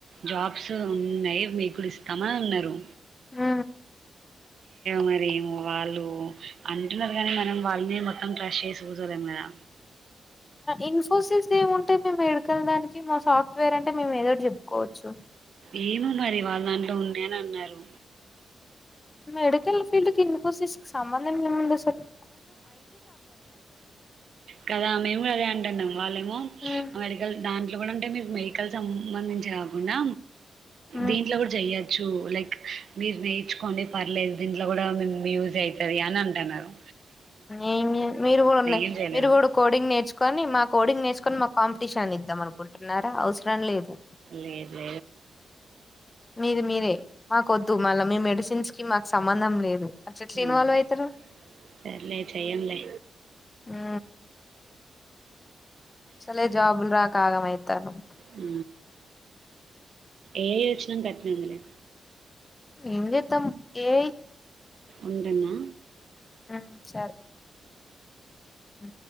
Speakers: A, on the right (about 70°); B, on the left (about 25°).
A: జాబ్స్ ఉన్నాయి మీకు ఇస్తామని అన్నారు
B: హ
A: మరి వాళ్ళు అంటున్నారు కానీ మనం వాళ్ళని మొత్తం ట్రస్ట్ చేసి కూర్చోలేం కదా
B: ఇన్ఫోసిస్ ఏముంటా మే ఎడికల్ దానికి మా సాఫ్ట్వేర్ అంటే మేము ఏదోటి చెప్పుకోవచ్చు
A: ఏమో మరి వాళ్ళ దాంట్లో ఉంది అని అన్నారు
B: మెడికల్ ఫీల్డ్ కి ఇన్ఫోసిస్ క సంబంధం ఏముంది అస్సలు
A: కదా మేము అదే అంటాండం వాళ్ళేమో
B: హ్మ్.
A: ఆ మెడికల్ ద ఇట్లా కూడా అంటే మీరు మెహికల్ సంబంధించి కాకుండా
B: హ్మ్.
A: దీంట్లో కూడా జేయ్యచ్ చు లైక్ మీరు నేర్చుకోండి పర్లేదు దీంట్లో గూడా మేం యూజ్ అయితద అని అంటన్నారు
B: ఏం జే మీరు కూడా న్
A: ఏం చేయలేదు
B: మీరు కూడా కోడింగ్ నేర్చుకో కోనీ మాక్ కోడింగ్ నేర్చుకొని మాక్ కాంపిటీషన్ ఇద్దాం అనుకుంటున్నారా అవసరం లేదు
A: లేదు
B: మీది మీరే మాకొద్దు మళ్ళా మీ మెడిసిన్స్ కి మాక్ సంబంధం లేదు అట్లా ఎట్లా ఇన్వాల్వ్
A: లేదు
B: అయితరు
A: సర్లే చెయ్యంలే
B: ఊ అసలే జాబుల్ రాక ఆగామైతణం
A: ఉ ఏ వచ్చిన గాట్నే ఉంది లే
B: ఎం జెత్తం ఏ ఐ
A: ఉండనా
B: ఆహ్ సరే ఉ